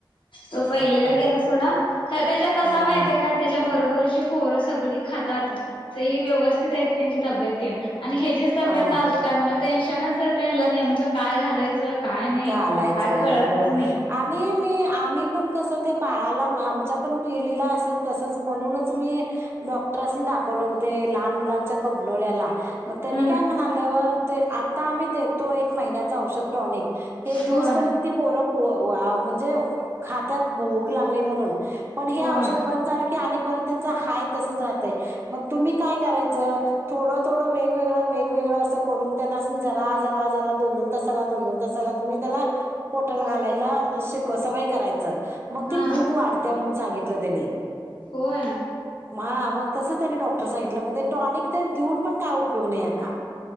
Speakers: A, on the left; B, on the right.
A: तो पहिलेला
B: हा
A: गेला सोडा खर त्याच्या कसा
B: हा
A: माहितय का त्याच्या बरोबरीची पोर सगळी खातात स व्यवस्थित आहेत त्यांची तब्येत आणि हे ज तब्येत
B: हा
A: नाजूक आहे मला टेन्शनच येतय ह्याला नेमकं काय घालायचं काय नाही
B: घालायचं
A: काय कळतच
B: होय
A: नाही
B: आणि मी आम्ही पण कसं ते बाळाला आमच्या पण पिलीला असत तसंच म्हणूनच मी डॉक्टरसनी दाखवलं म ते लहान मुलांच्या कग्नोळ्याला मग त्यांनी
A: हा
B: काय म्हणालं ते आता आम्ही देतो एक महिन्याच औषध टॉनिक हे दिवसपर्यंत
A: होय
B: ती पोर म्हणजे खात्यात भूक लागली म्हणून पण हे
A: होय
B: औषध बंद झालं की आणि परत त्यांच हाय तसच राहतंय मग तुम्ही काय करायचं थोडं, थोडं वेगवेगळं, वेगवेगळं असं करून त्यांना जरा, जरा जरा दोन, दोन तासाला दोन, दोन तासाला त्याला पोटाला घालायला शिक सवय करायचं मग ती
A: हा
B: भूक वाढत्या म्हणून सांगितलं त्यांनी
A: होय
B: हां मग तसं त्यांनी डॉक्टर सांगितलं मग ते टॉनिक देऊन पण काय उपयोग नाही आक्का